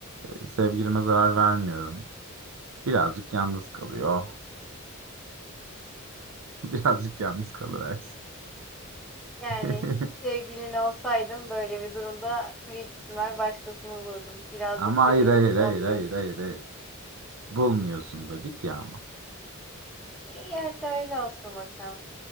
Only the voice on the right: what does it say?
e, sevgilime zarar vermiyorum. Birazcık yalnız kalıyor. <laughs> Birazcık yalnız kalıversin.
<laughs>
Ama hayır
hayır
hayır
hayır hayır hayır. Bulmuyorsun dedik ya ama.